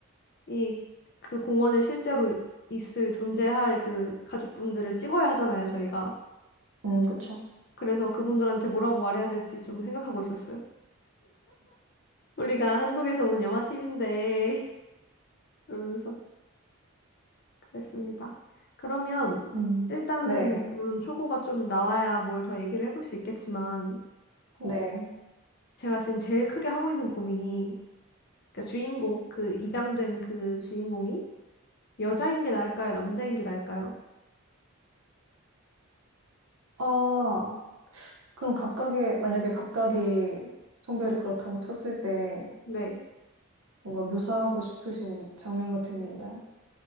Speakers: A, on the left; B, on the right.
A: 이 그 공원에 실제로 있을 존재할 그 가족분들을 찍어야 하잖아요 저희가
B: 음, 그쵸.
A: 그래서 그분들한테 뭐라고 말해야 될지 좀 생각하고 있었어요. 우리가 한국에서 온 영화 팁인데 그러면서 그랬습니다. 그러면
B: 음.
A: 일단은
B: 네,
A: 물론 초고가 좀 나와야 뭘 더 얘기를 해볼 수 있겠지만
B: 네.
A: 제가 지금 제일 크게 하고 있는 고민이 그러니까 주인공 그 입양된 그 주인공이 여자인 게 나을까요? 남자인 게 나을까요?
B: 아, 그럼 각각의, 만약에 각각이 성별이 그렇다고 쳤을 때
A: 네.
B: 뭔가 묘사하고 싶으신 장면 같은 게 있나요?